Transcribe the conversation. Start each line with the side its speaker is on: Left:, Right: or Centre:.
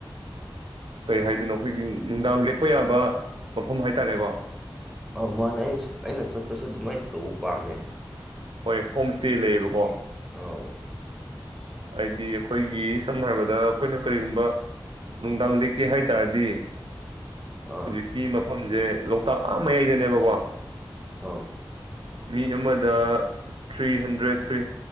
Right: ꯀꯩ ꯍꯥꯏꯗꯣꯏꯅꯣ ꯑꯩꯈꯣꯏꯒꯤ ꯅꯨꯡꯗꯥꯡ ꯂꯦꯛꯄ ꯌꯥꯕ ꯃꯐꯝ ꯍꯥꯏꯇꯥꯔꯦꯀꯣ
Centre: ꯑꯧ ꯃꯥꯅꯦ ꯑꯩꯅ ꯑꯩꯅ ꯆꯠꯄꯁꯨ ꯑꯗꯨꯃꯥꯏꯅ ꯇꯧ ꯋꯥꯥꯝꯃꯦ
Right: ꯍꯣꯏ ꯍꯣꯝ ꯁ꯭ꯇꯦ ꯂꯩꯌꯦꯕꯀꯣ
Centre: ꯑ
Right: ꯍꯥꯏꯗꯤ ꯑꯩꯈꯣꯏꯒꯤ ꯁꯝꯅ ꯍꯥꯏꯔꯕꯗ ꯑꯩꯈꯣꯏꯅ ꯀꯔꯤꯒꯨꯝꯕ ꯅꯨꯡꯗꯥꯡ ꯂꯦꯛꯀꯦ ꯍꯥꯏ ꯇꯥꯔꯗꯤ
Centre: ꯑꯥ
Right: ꯍꯧꯖꯤ ꯀ ꯃꯐꯝ ꯁꯦ ꯂꯣꯛꯇꯥꯛ ꯑꯥ ꯃꯌꯥꯏꯗꯅꯦꯕꯀꯣ
Centre: ꯑꯥꯎ
Right: ꯃꯤ ꯑꯃꯗ ꯊ꯭ꯔꯤ ꯍꯟꯗ꯭ꯔꯦꯠ ꯊ꯭ꯔꯤ